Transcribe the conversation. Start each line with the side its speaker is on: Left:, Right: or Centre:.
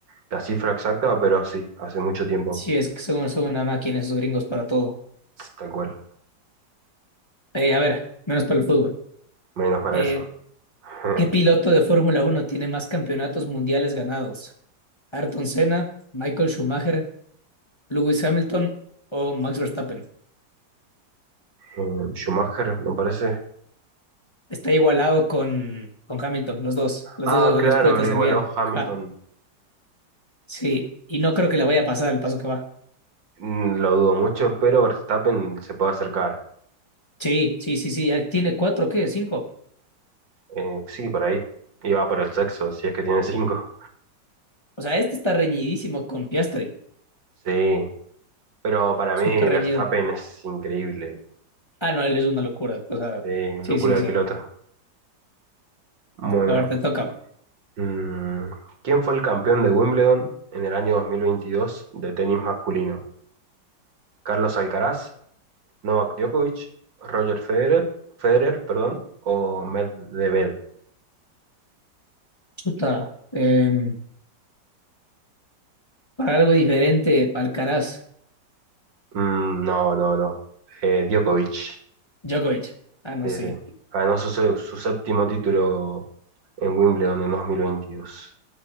Right: la cifra exacta, pero sí, hace mucho tiempo.
Left: sí, es que son, son una máquina esos gringos para todo.
Right: Tal cual,
Left: Eh, a ver, menos para el fútbol.
Right: menos para
Left: Eh,
Right: eso. <laughs>
Left: ¿qué piloto de Fórmula Uno tiene más campeonatos mundiales ganados? ¿Ayrton Senna, Michael Schumacher, Lewis Hamilton o Max Verstappen?
Right: Eh, Schumacher, me parece.
Left: Está igualado con, con Hamilton, los dos. Las
Right: Ah,
Left: dos
Right: claro,
Left: respuestas
Right: lo igualó
Left: servían.
Right: Hamilton.
Left: Ajá. Sí, y no creo que le vaya a pasar el paso que va.
Right: Mm, Lo dudo mucho, pero Verstappen se puede acercar.
Left: Sí, sí, sí, sí. ya Tiene cuatro, ¿qué? Cinco.
Right: Eh, sí, por ahí. Y va por el sexo, si es que tiene cinco.
Left: O sea, este está reñidísimo con Piastri.
Right: Sí, pero para
Left: Súper
Right: mí Verstappen
Left: reñido.
Right: es increíble.
Left: Ah, no, él es una locura. O sea,
Right: Sí,
Left: sí,
Right: locura
Left: sí, sí.
Right: de piloto. Bueno,
Left: A ver, te toca.
Right: Mm, ¿Quién fue el campeón de Wimbledon en el año 2022 de tenis masculino? ¿Carlos Alcaraz, Novak Djokovic, Roger Federer, Federer, perdón, o Medvedev?
Left: Chuta. em, para algo diferente, Alcaraz.
Right: Mm, no, no, no. Eh, Djokovic.
Left: Djokovic. Ah, no
Right: Sí,
Left: sé.
Right: sí. Ganó su, se- su séptimo título en Wimbledon en 2022.